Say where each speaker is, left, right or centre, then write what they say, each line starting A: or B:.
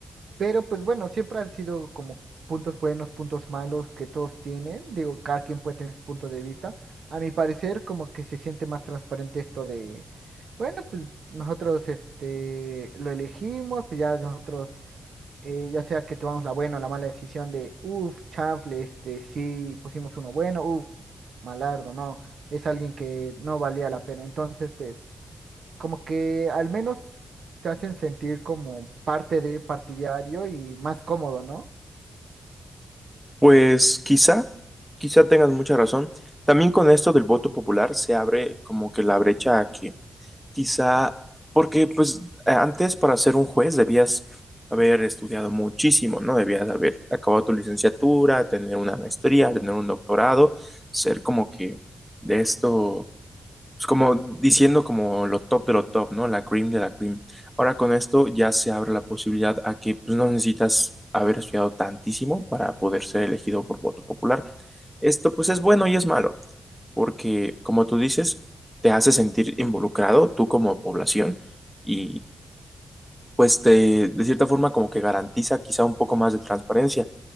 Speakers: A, on the right; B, in the centre.
A: Pero pues bueno, siempre han sido como puntos buenos, puntos malos que todos tienen. Digo, cada quien puede tener su punto de vista. A mi parecer, como que se siente más transparente esto de, bueno, pues nosotros este lo elegimos, pues ya nosotros, eh, ya sea que tomamos la buena o la mala decisión de, uff, chanfle, este, sí, pusimos uno bueno, uff, malardo, no, es alguien que no valía la pena. Entonces, pues como que al menos te hacen sentir como parte de partidario y más cómodo, ¿no?
B: Pues quizá, quizá tengas mucha razón. También con esto del voto popular se abre como que la brecha a que quizá, porque pues eh, antes para ser un juez debías haber estudiado muchísimo, ¿no? Debías haber acabado tu licenciatura, tener una maestría, tener un doctorado, ser como que de esto pues como diciendo como lo top de lo top, ¿no? La cream de la cream. Ahora con esto ya se abre la posibilidad a que pues, no necesitas haber estudiado tantísimo para poder ser elegido por voto popular. Esto pues es bueno y es malo, porque como tú dices, te hace sentir involucrado tú como población y pues te, de cierta forma como que garantiza quizá un poco más de transparencia.